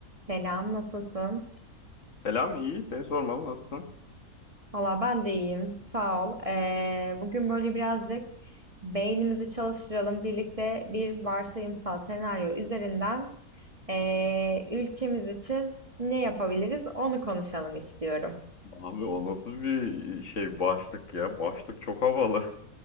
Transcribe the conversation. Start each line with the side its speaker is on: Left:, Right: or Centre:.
Right: Selam, nasılsın?
Left: Selam iyi. Seni sormalı. Nasılsın?
Right: Valla ben de iyiyim, sağ ol. Ee, bugün böyle birazcık beynimizi çalıştıralım. Birlikte bir varsayımsal senaryo üzerinden ee, ülkemiz için ne yapabiliriz onu konuşalım istiyorum.
Left: Abi o nasıl bir şey başlık ya? Başlık çok havalı. <laughs>